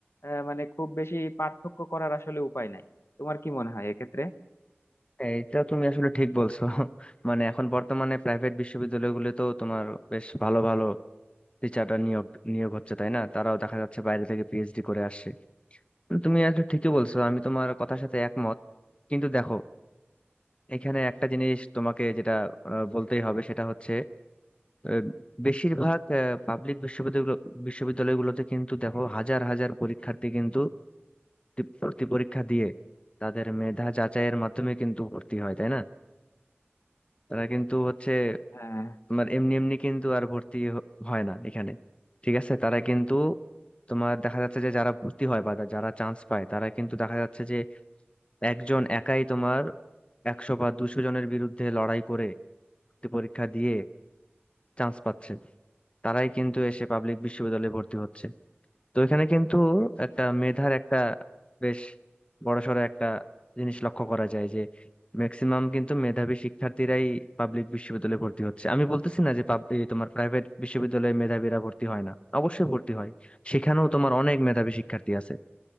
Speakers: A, on the left; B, on the left.
A: আহ, মানে খুব বেশি পার্থক্য করার আসলে উপায় নাই তোমার কি মনে হয় এক্ষেত্রে
B: হ্যাঁ, এটা তুমি আসলে ঠিক বলছো <laughs> মানে এখন বর্তমানে প্রাইভেট বিশ্ববিদ্যালয়গুলো তো তোমার বেশ ভালো ভালো টিচাররা নিয়োগ নিয়োগ হচ্ছে তাই না তারাও দেখা যাচ্ছে বাইরে থেকে পিএইচডি করে আসছে তুমি আসলে ঠিকই বলছো আমি তোমার কথার সাথে একমত কিন্তু দেখো এখানে একটা জিনিস তোমাকে যেটা আহ, বলতেই হবে সেটা হচ্ছে আহ, বেশিরভাগ পাবলিক বিশ্ববিদ্যালয়গুলো বিশ্ববিদ্যালয়গুলোতে কিন্তু দেখো হাজার হাজার পরীক্ষার্থী কিন্তু তি- ভর্তি পরীক্ষা দিয়ে তাদের মেধা যাচাইয়ের মাধ্যমে কিন্তু ভর্তি হয় তাই না তারা কিন্তু হচ্ছে
A: হ্যাঁ
B: তোমার এমনি এমনি কিন্তু আর ভর্তি হ- হয় না এখানে ঠিক আছে তারা কিন্তু তোমার দেখা যাচ্ছে যে যারা ভর্তি হয় বা যারা চান্স পায় তারা কিন্তু দেখা যাচ্ছে যে একজন একাই তোমার একশো বা দুশো জনের বিরুদ্ধে লড়াই করে ভর্তি পরীক্ষা দিয়ে চান্স পাচ্ছে তারাই কিন্তু এসে পাবলিক বিশ্ববিদ্যালয়ে ভর্তি হচ্ছে তো এখানে কিন্তু একটা মেধার একটা বেশ বড়সড় একটা জিনিস লক্ষ্য করা যায় যে ম্যাক্সিমাম কিন্তু মেধাবী শিক্ষার্থীরাই পাবলিক বিশ্ববিদ্যালয়ে ভর্তি হচ্ছে আমি বলতেছি না যে pub- এই তোমার প্রাইভেট বিশ্ববিদ্যালয়ে মেধাবীরা ভর্তি হয় না অবশ্যই ভর্তি হয় সেখানেও তোমার অনেক মেধাবী শিক্ষার্থী আছে